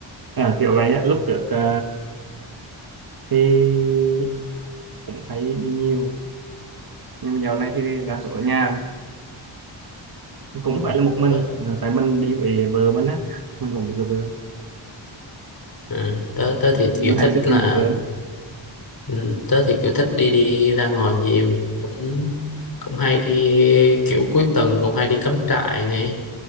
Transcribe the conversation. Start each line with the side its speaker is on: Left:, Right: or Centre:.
Right: à kiểu vậy á lúc trước ờ, thì cũng hay đi nhiều nhưng mà dạo này thì đa số ở nhà cũng
Left: ừ.
Right: phải là một mình
Left: ờ.
Right: tại mình đi với vợ mình á mình cũng được rồi.
Left: À, tớ tớ thì
Right: mình
Left: kiểu
Right: hay
Left: thích
Right: thích
Left: là
Right: đi với vợ
Left: ừ, tớ thì kiểu thích đi đi ra ngoài nhiều cũng cũng hay đi kiểu cuối tuần cũng hay đi cắm trại nè